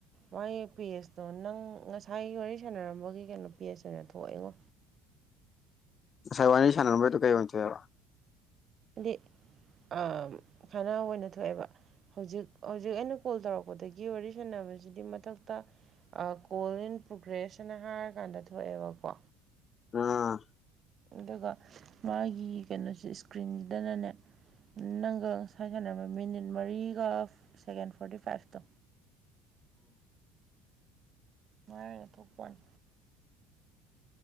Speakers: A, on the right; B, on the left.
A: ꯃꯥꯒꯤ ꯄꯦꯖꯇꯣ ꯅꯪ ꯉꯁꯥꯏꯒꯤ ꯋꯥꯔꯤ ꯁꯥꯟꯅꯔꯝꯕꯒꯤ ꯀꯩꯅꯣ ꯄꯦꯖ ꯑꯅ ꯊꯣꯛꯏꯉꯣ
B: ꯉꯁꯥꯏ ꯋꯥꯔꯤ ꯁꯥꯟꯅꯔꯝꯕꯗꯨ ꯀꯩ ꯑꯣꯏꯟ ꯊꯣꯛꯑꯦꯕ
A: ꯍꯥꯏꯗꯤ ꯑꯝ ꯈꯔ ꯑꯣꯏꯅ ꯊꯣꯛꯑꯦꯕ ꯍꯧꯖꯤꯛ ꯍꯧꯖꯤꯛ ꯑꯩꯅ ꯀꯣꯜ ꯇꯧꯔꯛꯄꯗꯒꯤ ꯋꯥꯔꯤ ꯁꯥꯟꯅꯕꯁꯤꯗꯤ ꯃꯊꯛꯇ ꯑ ꯀꯣꯜ ꯏꯟ ꯄ꯭ꯔꯣꯒ꯭ꯔꯦꯁ ꯑꯅ ꯍꯥꯏꯔꯀꯥꯟꯗ ꯊꯣꯛꯑꯦꯕꯀꯣ
B: ꯑꯥ
A: ꯑꯗꯨꯒ ꯃꯥꯒꯤ ꯀꯩꯅꯣꯁꯦ ꯏꯁꯀ꯭ꯔꯤꯟꯗꯅꯅꯦ ꯅꯪꯒ ꯉꯁꯥꯏ ꯁꯥꯟꯅꯔꯝꯕ ꯃꯤꯅꯤꯠ ꯃꯔꯤꯒ ꯁꯦꯀꯦꯟ ꯐꯣꯔꯇꯤ ꯐꯥꯏꯚꯇꯣ ꯑꯗꯨꯃꯥꯏ ꯑꯣꯏꯅ ꯊꯣꯛꯄ ꯋꯥꯅꯤ